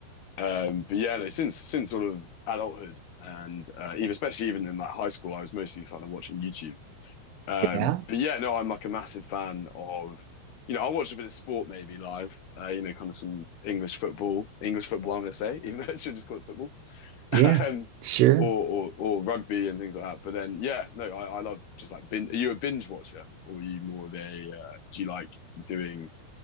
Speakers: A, on the left; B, on the right.
A: Um but yeah, no, since since sort of adulthood and uh even especially even in like high school, I was mostly kind of watching YouTube. Um,
B: Yeah,
A: but yeah, no, I'm like a massive fan of, you know, I watch a bit of sport maybe live, uh, you know, kind of some English football, English football, I'm going to say, <laughs> even though I should just call it football, <laughs>
B: yeah,
A: um,
B: sure.
A: or, or or rugby and things like that. But then, yeah, no, I, I love just like bin. Are you a binge watcher or are you more of a, uh, do you like doing,